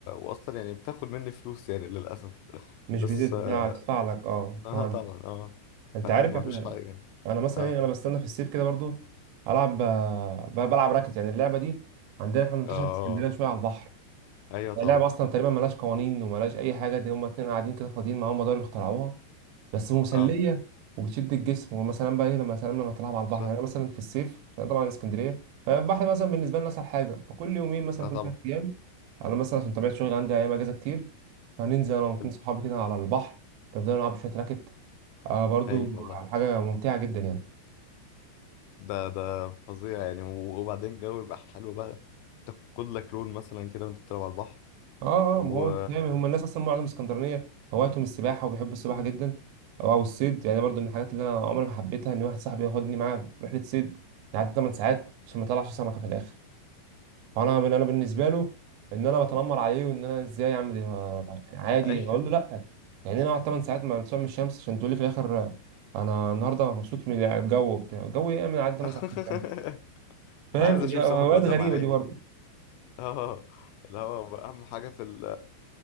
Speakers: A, on the left; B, on the right.
A: واصلا يعني بتاخد مني فلوس يعني للاسف <laughs>
B: مش
A: بس
B: بتدفع
A: اه
B: لك اه
A: آه،
B: فاهم
A: طبعا اه
B: انت
A: فاهم
B: عارف
A: مفيش
B: احنا
A: حاجه
B: انا مثلا
A: اه اه
B: ايه انا بستنى في الصيف كده برضو العب آه، ب- بلعب راكت يعني اللعبه دي عندنا احنا منتشره
A: آه، آه،
B: في اسكندريه شويه على البحر
A: ايوه
B: يعني
A: طبعا
B: اللعبه اصلا تقريبا ملهاش قوانين وملهاش اي حاجه دي هما اتنين قاعدين كده فاضيين معاهم مضارب اخترعوها بس مسليه
A: اه
B: وبتشد الجسم ومثلا بقى ايه لما سلام لما تلعب على البحر
A: صح
B: يعني أنا مثلا في الصيف عشان طبعا اسكندريه فالبحر مثلا بالنسبه لنا اسهل حاجه فكل يومين مثلا
A: لا
B: كل
A: طبعا
B: ثلاث ايام انا مثلا عشان طبيعه شغلي عندي ايام اجازه كتير فننزل انا واتنين
A: حلو
B: صحابي كده على البحر نفضل نلعب شويه راكت آه برضو
A: هايل والله
B: حاجه ممتعه جدا يعني
A: ده ده فظيع يعني و- وبعدين جو يبقى حلو بقى تاخد لك لون مثلا كده وانت بتلعب على البحر
B: اه
A: و
B: اه ما هو انت فاهم هم الناس اصلا معظم اسكندرانيه هوايتهم السباحه وبيحبوا السباحه جدا او او الصيد يعني برضو من الحاجات اللي انا عمري ما حبيتها ان واحد صاحبي ياخدني معاه في رحله صيد يعدي 8 ساعات عشان ما يطلعش سمكه في الاخر فانا من انا بالنسبه له ان انا بتنمر عليه وان انا ازاي اعمل إيه، آه، عادي
A: ايوه
B: اقول له لا يعني انا اقعد 8 ساعات ما من الشمس عشان تقول لي في الاخر آه، انا النهارده مبسوط من الجو بتاع الجو ايه من عدى 8
A: <laughs>
B: ساعات في الشمس فاهم
A: انا عايز اشوف
B: دي هوايات
A: سمكة قدام
B: غريبه
A: عيني
B: دي برضو
A: اه اللي هو اهم حاجة في ال